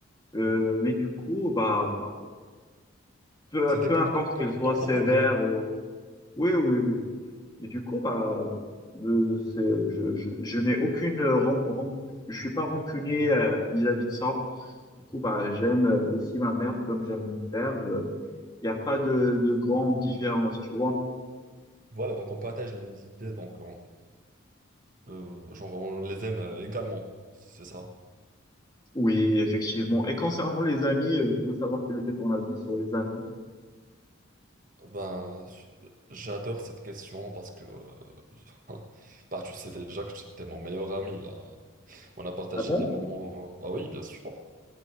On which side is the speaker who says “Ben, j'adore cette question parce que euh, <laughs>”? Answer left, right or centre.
Right